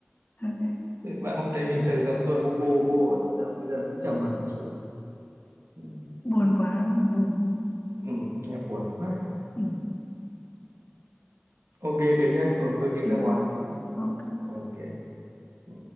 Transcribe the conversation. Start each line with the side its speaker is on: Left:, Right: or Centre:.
Left: ok
Right: Thế bạn không thấy bình thường giọng tôi bu bô bô là giọng bây giờ nó cứ trầm hẳn xuống ừ.
Left: buồn quá đúng không buồn đúng không
Right: Ừ, nghe buồn quá
Left: ừ.
Right: ok thế nhá ừ, tôi chịu
Left: Ừ.
Right: ra ngoài tí
Left: Ok.
Right: Ờ, ok ừ.